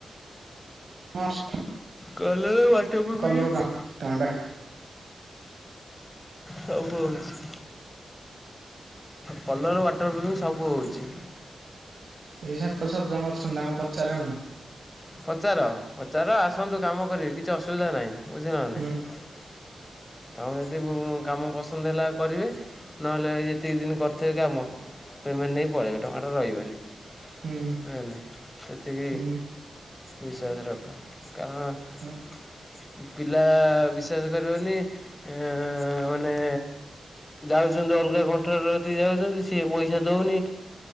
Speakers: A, on the right; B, on the left.
A: <unintelligible>
B: କଲର ୱାଟର ପ୍ରୁଫିଙ୍ଗ୍।
A: କଲର କାମ ତାଣ୍ଡା
B: ସବୁ ହଉଛି। କଲର୍ ୱାଟର ପ୍ରୁଫିଙ୍ଗ ସବୁ ହେଉଛି।
A: ଏଇ ସାତ ଛଅ ଜଣ ଅଛନ୍ତି ତାଙ୍କୁ ପଚାରେ ମୁଁ
B: ପଚାର ପଚାର ଆସନ୍ତୁ କାମ କରିବି କିଛି ଅସୁବିଧା ନାହିଁ ବୁଝିଲ ନା
A: ହୁଁ
B: ନାହିଁ। ତମ ଯଦି ବ ବ କାମ ପସନ୍ଦ ହେଲା କରିବେ ନହେଲେ ଯେତିକି ଦିନ କରିଥିବେ କାମ, ପେମେଣ୍ଟ ନେଇ ପଳାଇବେ ଟଙ୍କାଟା ରହିବନି।
A: ହୁଁ
B: ନାଇଁ ନାଇଁ ସେତିକି
A: ହୁଁ
B: ବିଶ୍ୱାସ ରଖ କଁ
A: ହୁଁ
B: ପିଲା ବିଶ୍ଵାସ କରିବନି ଏଁ ଏ ଏ ମାନେ ଯାଉଛନ୍ତି ଅଲଗା କଣ୍ଟ୍ରି ରେ ରତିକି ଯାଉଛନ୍ତି ସିଏ ପଇସା ଦେଉନି